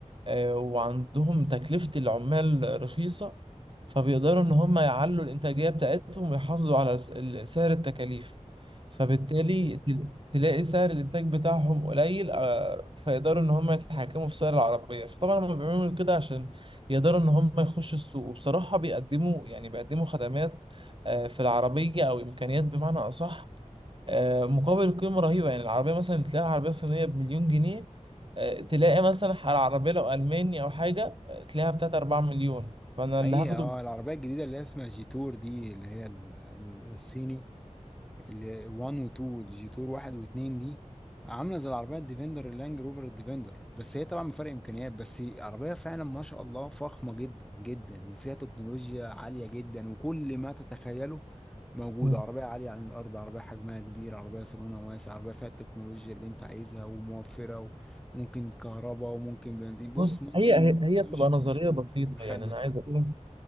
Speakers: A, on the right (about 40°); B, in the centre.
A: آه، وعندهم تكلفه العمال رخيصه فبيقدروا ان هم يعلوا الانتاجيه بتاعتهم ويحافظوا على س- ال- سعر التكاليف فبالتالي تلاقي سعر الانتاج بتاعهم قليل آه، فيقدروا ان هم يتحكموا في سعر العربيه فطبعا هم بيعملوا كده عشان يقدروا ان هم يخشوا السوق وبصراحه بيقدموا يعني بيقدموا خدمات آه، في العربيه او امكانيات بمعنى اصح آه، مقابل قيمه رهيبه يعني العربيه مثلا تلاقي عربيه صينيه بمليون جنيه آه، تلاقي مثلا على العربيه لو الماني او حاجه آه، تلاقيها بتاعت 4 مليون فانا اللي
B: حقيقة
A: هاخده
B: اه
A: ب-
B: العربية الجديدة اللي هي اسمها جيتور دي اللي هي ال- ال- الصيني ال 1 و 2 الجي تور 1 و 2 دي عامله زي العربيه الديفندر اللانج روفر الديفندر بس هي طبعا بفرق امكانيات بس عربيه فعلا ما شاء الله فخمه جدا جدا وفيها تكنولوجيا عاليه جدا وكل ما تتخيله موجود
A: مم.
B: عربيه عاليه عن الارض عربيه حجمها كبير عربيه صالونها واسع عربيه فيها التكنولوجيا اللي انت عايزها وموفره وممكن كهرباء وممكن بنزين بص
A: بص
B: ممكن
A: هي هي هي
B: تمشي
A: بتبقى
B: بال-
A: نظريه
B: بال-
A: بسيطه
B: بالمخلل
A: يعني انا عايز
B: حتى
A: اقول